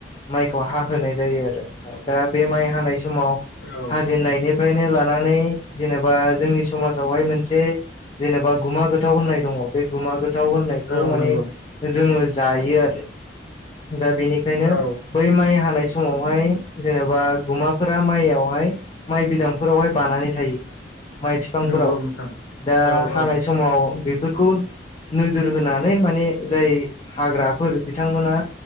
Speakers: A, on the left; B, on the left.
A: माइखौ हा होनाय जायो आरो नोंथां दा बे माइ हानाय समाव
B: औ
A: हाजेननायनि। फ्रायनो लानानै जेनेबा जोंनि समाजावहाय मोनसे। जेनेबा गुमा गोथाव होननाय दङ बे गुमा गोथाव होननायखौ
B: औ
A: माने।
B: नंगौ
A: जोङो जायो आरो दा बेनिखायनो।
B: औ
A: बै माइ हानाय समावहाय जेनेबा गुमाफोरा माइयावहाय। माइ बिदांफोरावहाय बानानै थायो माइ फिफांफोराव
B: नंगौ नोंथां
A: दा।
B: औ
A: हानाय
B: औ
A: समाव बेफोरखौ। नोजोर होनानै माने जाय हाग्राफोर बिथांमोना।